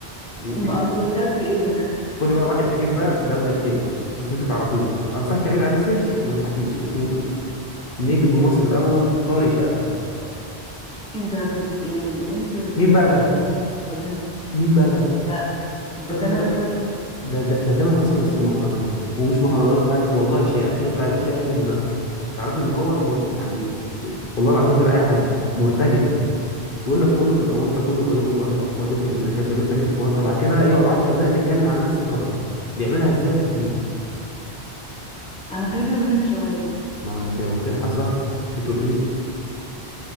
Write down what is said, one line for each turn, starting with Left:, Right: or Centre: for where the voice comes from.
Left: وفي
Centre: م- اصل بجد ايه ده
Left: كل بقى واحد أخير بقى ده اللي هيقتلك بس انت تعرفوش انصحك تعمل عليه سيرش وما تضحكيش اسمه نجم مصر الاول طارق شقلاشه
Centre: انت بت... يعني الانترو دي
Left: مين
Centre: انت
Left: بقى
Centre: عامل
Left: ده
Centre: المقدمة
Left: مين بقى ده
Centre: ده ده
Left: طارق
Centre: تامر
Left: شقلاشه
Centre: حسني
Left: ده ده, ده تامر حسني بس المهرجانات ومش مهرجان بقى والله شاعر بيطلع يقول شعر من دماغه عشان تعرفي ان هو م... يعني والله العظيم غير اي حد مرتجل بيقول لك كله في الاونطه كله فاضل له غلطه وتنكش النكاشه بنتك كتف ورطه بعد كده يقعد 10 دقائق بيتكلم عن نفس القافيه بيعملها ازاي ما تفهميش
Centre: انا خايفة منك شوية
Left: ما انت قلت لي حذرتك مش انت قلت لي